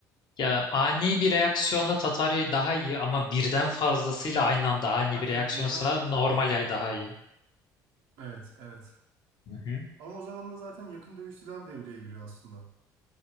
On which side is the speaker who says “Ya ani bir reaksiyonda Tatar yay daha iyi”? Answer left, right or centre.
Left